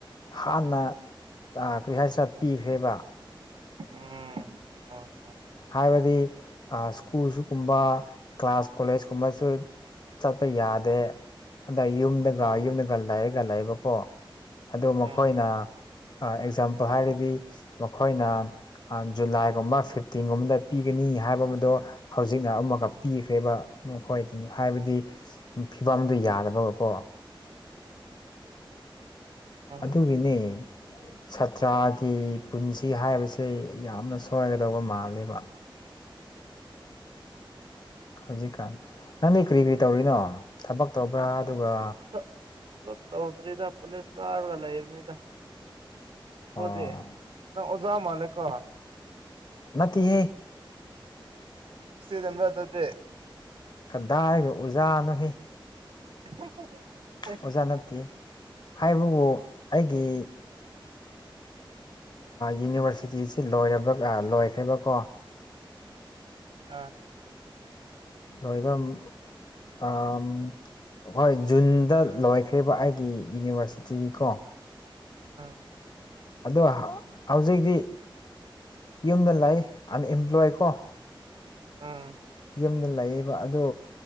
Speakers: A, on the left; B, on the right.
A: ꯍꯥꯟꯅ ꯀꯔꯤ ꯍꯥꯏꯁꯤꯔꯥ ꯄꯤꯈ꯭ꯔꯦꯕ
B: ꯑꯥ ꯍꯣꯏ
A: ꯍꯥꯏꯕꯗꯤ ꯁ꯭ꯀꯨꯜꯁꯨꯒꯨꯝꯕ ꯀ꯭ꯂꯥꯁ ꯀꯣꯂꯦꯁ ꯀꯨꯝꯕꯁꯨ ꯆꯠꯄ ꯌꯥꯗꯦ ꯑꯗ ꯌꯨꯝꯗꯒ
B: ꯑꯥ
A: ꯌꯨꯝꯗꯒ ꯂꯩꯔꯒ ꯂꯩꯕꯀꯣ ꯑꯗꯣ
B: ꯑꯥ
A: ꯃꯈꯣꯏꯅ ꯑ ꯑꯦꯛꯖꯥꯝꯄꯜ ꯍꯥꯏꯔꯗꯤ ꯃꯈꯣꯏꯅ ꯑ ꯖꯨꯂꯥꯏꯒꯨꯝꯕ ꯐꯤꯞ ꯇꯤꯟꯒꯨꯝ ꯕꯗ ꯄꯤꯒꯅꯤ ꯍꯥꯏꯕ ꯑꯃꯗꯣ ꯍꯧꯖꯤꯛꯅ ꯑꯃꯛꯀ ꯄꯤꯈ꯭ꯔꯦꯕ ꯃꯈꯣꯏ ꯍꯥꯏꯕꯗꯤ ꯐꯤꯕꯝꯗꯨ ꯌꯥꯗꯕꯒ ꯀꯣ
B: ꯍꯣꯏ
A: ꯑꯗꯨꯒꯤꯅꯦ
B: ꯍꯣꯏ ꯍꯣꯏ ꯍꯣꯏ
A: ꯁꯥꯇ꯭ꯔꯥꯒꯤ ꯄꯨꯟꯁꯤ ꯍꯥꯏꯕꯁꯦ ꯌꯥꯝꯅ ꯁꯣꯏꯒꯗꯧꯕ ꯃꯥꯜꯂꯦꯕ
B: ꯑꯪ
A: ꯍꯧꯖꯤꯛꯀꯥꯟ ꯅꯪꯗꯤ ꯀꯔꯤ ꯀꯔꯤ ꯇꯧꯔꯤꯅꯣ ꯊꯕꯛ ꯇꯧꯕ꯭ꯔꯥ ꯑꯗꯨꯒ
B: ꯊ ꯊꯕꯛ ꯇꯧꯘ꯭ꯔꯤꯗ ꯀꯣꯂꯦꯁ ꯀꯥꯔꯒ ꯂꯩꯕꯅꯤꯗ ꯕ꯭ꯔꯣꯘꯤ
A: ꯑꯣ
B: ꯅꯪ ꯑꯣꯖꯥ ꯃꯥꯜꯂꯦꯀꯣ
A: ꯅꯠꯇꯦ ꯍꯦ
B: ꯁꯇꯨꯘꯦꯟꯔ ꯑꯗꯨꯨꯘꯤ
A: ꯀꯗꯥꯏꯒ ꯎꯖꯥꯅꯣꯍꯦ
B: <unintelligible>
A: ꯑꯣꯖꯥ ꯅꯠꯇꯦ ꯍꯥꯏꯕꯕꯨ ꯑꯩꯒꯤ ꯌꯨꯅꯤꯚꯔꯁꯤꯇꯤꯁꯤ ꯂꯣꯏꯔꯕ꯭ꯔ ꯂꯣꯏꯈ꯭ꯔꯦꯕꯀꯣ
B: ꯑꯥ
A: ꯂꯣꯏꯕꯝ ꯑꯝ ꯍꯣꯏ ꯖꯨꯟꯗ ꯂꯣꯏꯈ꯭꯭ꯔꯦꯕ ꯑꯩꯒꯤ ꯌꯨꯅꯤꯚꯔꯁꯤꯇꯤꯘꯤꯀꯣ
B: ꯑꯪ
A: ꯑꯘꯣ ꯍꯧꯖꯤꯛꯇꯤ ꯌꯨꯝꯗ ꯂꯩ ꯑꯟꯑꯦꯝꯄ꯭ꯂꯣꯏ ꯀꯣ
B: ꯑꯪ
A: ꯌꯨꯝꯗ ꯂꯩꯌꯦꯕ ꯑꯗꯨ